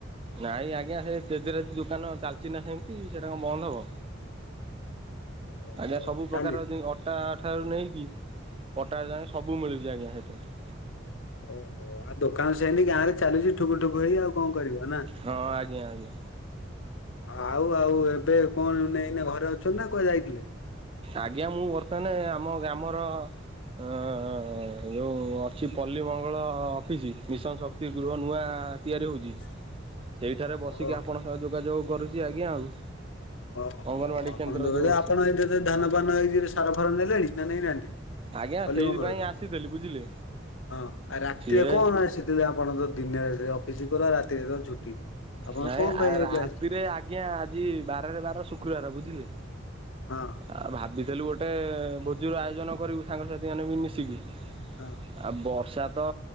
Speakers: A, on the right; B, on the left.
A: ନାଇଁ ଆଜ୍ଞା ସେ ତେରେ ଦୋକାନ ଚାଲିଛି ନା ସେମତି ସେଇଟା କଣ ବନ୍ଦ ହବ।
B: ଓହୋ
A: ଆଜ୍ଞା ସବୁ ପ୍ରକାର
B: ଚାଲିଛି
A: ଠାରୁ ନେଇକି ପଟା ଯାଏ ସବୁ ମିଳୁଛି ଆଜ୍ଞା ସେଠାରେ।
B: ଓହୋ ଆଉ ଦୋକାନ ସେନି ଗାଁ ରେ ଚାଲିୁଛି ଠୁକୁଠୁକୁ ହେଇ ଆଉ କଣ କରିବ ନା?
A: ହଁ ଆଜ୍ଞା ଆଜ୍ଞା
B: ଆଉ ଆଉ ଏବେ କଣ ନେଇନ ଘରେ ଅଛନ୍ତି ନା କୁଆ ଯାଇଥିଲେ?
A: ଆଜ୍ଞା ମୁଁ ବର୍ତ୍ତମାନ ଆମ ଗ୍ରାମର ହ ଯୋଉ ଅଛି ପଲ୍ଲୀ ମଙ୍ଗଳ ଅଫିସ ମିଶନ ଶକ୍ତି। ଗୃହ ନୂଆ ତିଆରି ହଉଛି।
B: <inaudible>
A: ସେଇଠାରେ ବସିକି
B: ଓହୋ
A: ଆପଣଙ୍କ ସହ ଯୋଗାଯୋଗ କରୁଛି ଆଜ୍ଞା ଆଉ।
B: ଓହୋ
A: ଅଙ୍ଗନବାଡି
B: ଆପଣ
A: କେନ୍ଦ୍ର
B: ଦଖ
A: ଯୋଉ ଅଛି।
B: ଆପଣ ଏ ଧାନ ପାନ ଏଇ ସାର ଫାର ନେଲେଣି ନା ନେଇଁନାହାନ୍ତି?
A: ଆଜ୍ଞା
B: ହଲିମଙ୍ଗଳରୁ
A: ସେଇଥିପାଇଁ ଆସିଥିଲି ବୁଝିଲେ
B: ହଁ ଆ ରାତିରେ
A: ସିଏ
B: କଣ ଆସି ଆପଣ ତ ଦିନରେ ଅଫିସ କର ରାତିରେ ତ ଛୁଟି। ଆପଣ
A: ନାଇ
B: କଣ ପାଇଁ
A: ରାତିରେ
B: ଏବେ ଆସିଥିଲେ?
A: ଆଜ୍ଞା ଆଜି ବାରରେ ବାର ଶୁକ୍ରବାର ବୁଝିଲେ।
B: ହଁ।
A: ଆଉ ଭାବିଥିଲୁ ଗୋଟେ ଭୋଜି ର ଆୟୋଜନ କରିବୁ ସାଙ୍ଗସାଥି ମାନେ ବି ମିଶିକି।
B: ହଁ।
A: ଆଉ ବର୍ଷା ତ